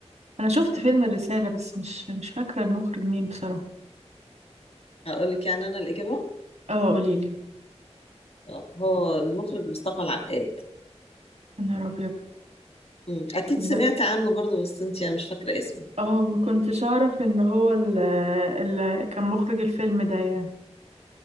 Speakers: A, on the right (about 80°); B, on the left (about 65°).
A: انا شفت فيلم الرسالة بس مش مش فاكرة المخرج مين بصراحة
B: هقول لك يعني انا الإجابة
A: اه قوليلي
B: طب هو المخرج مصطفى العقاد
A: يا نهار ابيض
B: مم. أكيد
A: صدق
B: سمعت عنه برضو بس أنت يعني مش فاكرة اسمه
A: اه ما كنتش اعرف ان هو اللي كان مخرج الفيلم ده يعني